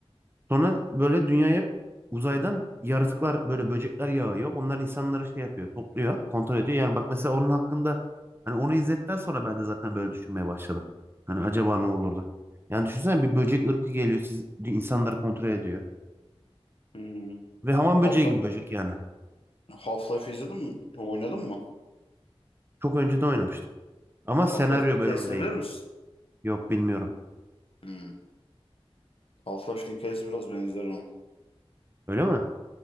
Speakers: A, on the right; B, on the left.
A: Sonra böyle dünyaya uzaydan yaratıklar böyle böcekler yağıyor. Onlar insanları şey yapıyor, topluyor, kontrol ediyor. Yani bak mesela onun hakkında hani onu izledikten sonra ben de zaten böyle düşünmeye başladım. Hani acaba ne olurdu? Yani düşünsene bir böcek ırkı geliyor, siz insanları kontrol ediyor.
B: Hı.
A: Ve hamam böceği
B: Half-Life
A: gibi böcek yani.
B: Half-Life izledin mi? Oynadın mı?
A: Çok önceden oynamıştım. Ama senaryo
B: Half-Life'in hikayesini
A: bölümü değil.
B: bilir misin?
A: Yok bilmiyorum.
B: Hı. Half-Life'in hikayesi biraz benzer ona.
A: Öyle mi?